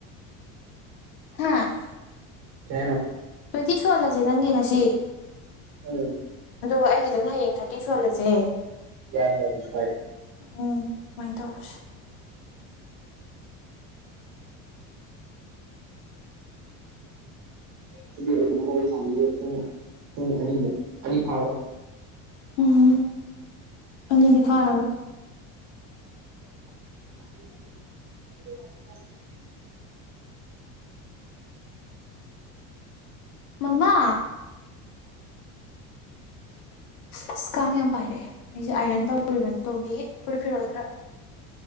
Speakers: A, on the left; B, on the right.
A: ꯍꯥ
B: ꯀꯩ ꯍꯥꯏꯅꯣ
A: ꯇ꯭ꯋꯦꯟꯇꯤ ꯁꯨꯍꯜꯂꯁꯦ ꯅꯪꯒꯤ ꯉꯁꯤ
B: ꯎꯝ
A: ꯑꯗꯨꯒ ꯑꯩꯒꯤꯗꯅ ꯍꯌꯦꯡ ꯊꯥꯔꯇꯤ ꯁꯣꯍꯜꯂꯁꯦ
B: ꯌꯥꯏ ꯌꯥꯏ ꯀꯩꯁꯨ ꯀꯥꯏꯗꯦ
A: ꯎꯝ ꯑꯗꯨꯃꯥꯏꯟ ꯇꯧꯔꯁꯤ
B: ꯑꯗꯨꯗꯤ ꯑꯩꯅ ꯅꯉꯣꯏ ꯁꯥꯟꯕꯤꯁꯦ ꯄꯨꯡ ꯄꯨꯡ ꯑꯅꯤꯃꯨꯛ ꯑꯅꯤ ꯐꯥꯔꯣꯏ
A: ꯎꯝ ꯑꯅꯤꯗꯤ ꯐꯥꯔꯔꯣꯏ
B: ꯎꯝ <inaudible> <inaudible>
A: ꯃꯃꯥ ꯑꯁ ꯀꯥꯡ ꯌꯥꯝ ꯄꯥꯏꯔꯛꯑꯦ ꯑꯩꯁꯦ ꯑꯥꯏꯔꯟ ꯇꯧꯔꯨꯔꯤꯕꯅꯤ ꯇꯣꯝꯕꯤꯒꯤ ꯐꯨꯔꯤꯠ ꯐꯤꯔꯣꯜ ꯈꯔ